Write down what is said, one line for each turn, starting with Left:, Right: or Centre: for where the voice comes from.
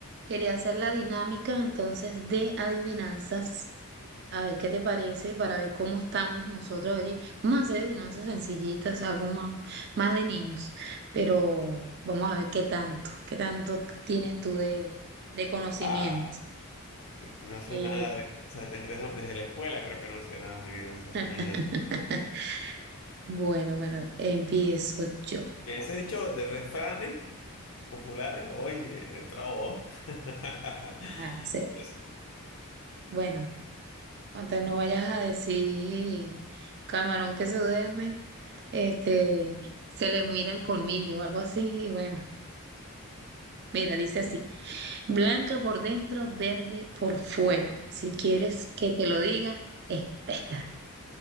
Right: Quería hacer la dinámica entonces de adivinanzas. A ver qué te parece para ver cómo estamos nosotros allí. Vamos a hacer adivinanzas sencillitas, algo más, más de niños, pero vamos a ver qué tanto, qué tanto tienes tú de, de conocimiento.
Left: Ah, no sé
Right: Eh,
Left: nada, de- o sea, tengo- desde, desde la escuela creo que no sé nada de adivinanzas, imagínate.
Right: <laughs> bueno, bueno, empiezo yo.
Left: Me has dicho de refranes populares, oye, trabo. <laughs>
Right: a hacer.
Left: Pues,
Right: Bueno. Entonces no vayas a decir, camarón que se duerme, este, se le mira el colmillo o algo así. Y bueno, mira, dice así, blanca por dentro, verde por fuera. Si quieres que te lo diga, espera.